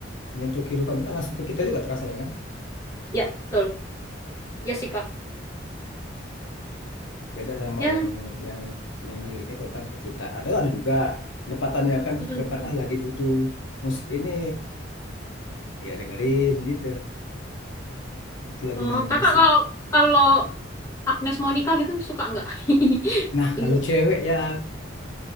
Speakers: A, on the left; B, on the left.
A: menyentuh kehidupan itu kan langsung ke kita juga terasa ya kan?
B: ya betul. Ya sih
A: Be-
B: Kak.
A: Beda sama
B: Ya.
A: yang yang yang liriknya tentang cerita. Ada ada juga penempatannya kan
B: mm,
A: tentang
B: mm.
A: ah lagi butuh musik ini, ya dengerin gitu. Itulah
B: Oh,
A: gunanya
B: Kakak
A: musik.
B: kalau kalau Agnes Monica gitu suka nggak?
A: Nah,
B: <laughs>
A: kalau
B: Itu.
A: cewek ya